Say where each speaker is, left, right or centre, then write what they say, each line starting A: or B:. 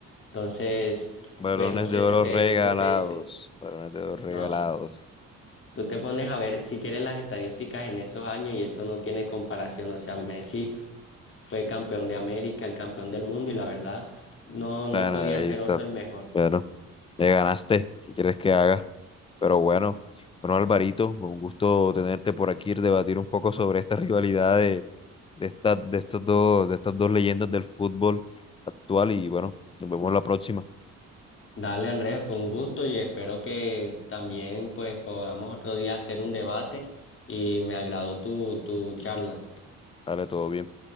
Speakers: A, on the left (about 45°); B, on the left (about 20°).
A: Entonces,
B: Balones
A: pues no sé,
B: de oro
A: tú qué,
B: regalados.
A: tú qué dices.
B: Balones de oro regalados.
A: No, tú te pones a ver si quieres las estadísticas en esos años y eso no tiene comparación. O sea, Messi fue campeón de América, el campeón del mundo y la verdad, no, no
B: Bueno,
A: podía
B: listo.
A: ser otro el mejor.
B: Bueno, me ganaste. Si quieres que haga. Pero bueno, bueno, Alvarito, un gusto tenerte por aquí, debatir un poco sobre esta rivalidad de, de, esta- de estos dos, de estas dos leyendas del fútbol actual. Y bueno, nos vemos la próxima.
A: Dale, Andrés, fue un gusto y espero que también pues podamos otro día hacer un debate y me agradó tu, tu charla.
B: Dale, todo bien.